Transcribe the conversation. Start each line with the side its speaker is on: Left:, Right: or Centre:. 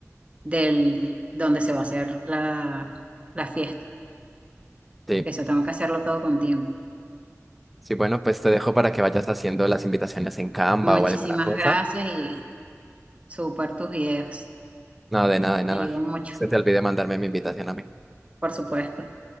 Right: del donde se va a hacer la, la fiesta.
Centre: Sí,
Right: Eso tengo que hacerlo todo con tiempo.
Centre: sí, bueno, pues te dejo para que vayas haciendo las invitaciones en Canva
Right: Muchísimas
Centre: o alguna cosa.
Right: gracias y súper tus ideas.
Centre: No, de nada, de nada.
Right: Me ayudan mucho,
Centre: Se te olvidó mandarme mi invitación a mí.
Right: por supuesto.